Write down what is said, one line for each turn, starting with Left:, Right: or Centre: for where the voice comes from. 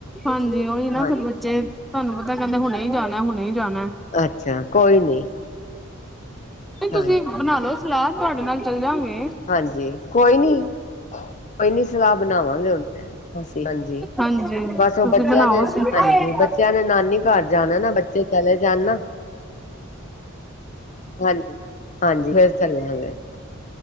Centre: ਹਾਂਜੀ, ਉਹੀ ਨਾ
Left: ਹਾਂਜੀ
Centre: ਫਿਰ ਬੱਚੇ ਤੁਹਾਨੂੰ ਪਤਾ ਕਹਿੰਦੇ ਹੁਣੇ ਹੀ ਜਾਣਾ ਹੁਣੇ ਹੀ ਜਾਣਾ।
Left: ਅੱਛਾ! ਕੋਈ ਨੀ।
Centre: ਤੁਸੀਂ
Left: ਹਾਂਜੀ
Centre: ਬਣਾ ਲਓ ਸਲਾਹ ਤੁਹਾਡੇ ਨਾਲ ਚੱਲ ਜਾਗੇ।
Left: ਹਾਂਜੀ, ਕੋਈ ਨੀ ਕੋਈ ਨੀ ਸਲਾਹ ਬਣਾਵਾਂਗੇ ਹੁਣ। ਹਾਂਜੀ,
Centre: ਹਾਂਜੀ ਤੁਸੀਂ
Left: ਬਸ ਉਹ ਬੱਚਿਆਂ
Centre: ਬਣਾਓ
Left: ਨੇ
Centre: ਸਲਾਹ।
Left: ਹਾਂਜੀ ਬੱਚਿਆਂ ਨੇ ਨਾਨੀ ਘਰ। ਜਾਣਾ ਨਾ, ਬੱਚੇ ਚਲੇ ਜਾਣ ਨਾ। ਹਾਂਜੀ -ਹਾਂਜੀ, ਫੇਰ ਚੱਲਾਗੇ।